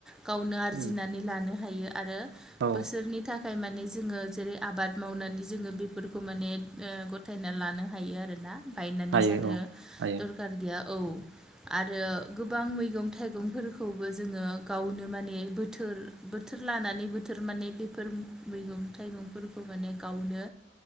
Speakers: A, in the centre; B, on the right.
A: गावनो आरजिनानै
B: उम
A: लानो हायो आरो
B: औ
A: बोसोरनि थाखाय। थाखाय माने जोङो जेरै आबाद मावनानै जोङो बेफोरखौ माने ओ-गथायना लानो हायो आरोना। बायनानै
B: हायो
A: जानो
B: औ हायो
A: दरखार गैया औ आरो गोबां मैगं थाइगं फोरखौबो जोङो गावनो माने बोथोर बोथोर लानानै बोथोर माने बेफोर। मैगं थाइगंफोरखौ माने गावनो